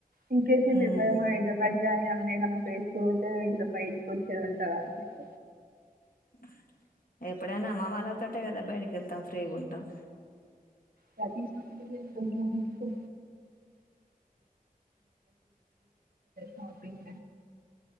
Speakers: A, on the right; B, on the left.
A: ఇన్ కేస్ ఇంకేవ్వర
B: ఉమ్
A: హైదరాబాడ్ గాని న్నదన్నా వేస్త పోతే ఇలా బయటకి వచ్చేది ఉంటంది అనిపిస్త
B: <inaudible> ఎప్పుడైనా అమ్మ వాళ్ళతోటే కదా బయటికి వెళ్తాం ఫ్రీగా ఉంటాం
A: థట్ ఇస్ ఒన్ తే లానే కొంచెం చూసుకో శాపి <inaudible>